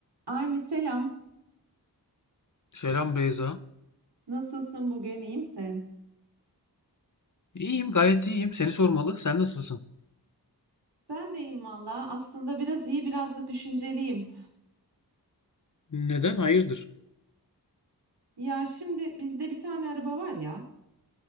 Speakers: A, on the right; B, on the left.
A: Armi selam.
B: Selam Beyza.
A: Nasılsın bugün? İyi misin?
B: İyiyim, gayet iyiyim. Seni sormalı. Sen nasılsın?
A: Ben de iyiyim valla. Aslında biraz iyi, biraz da düşünceliyim.
B: Neden? Hayırdır?
A: Ya şimdi bizde bir tane araba var ya.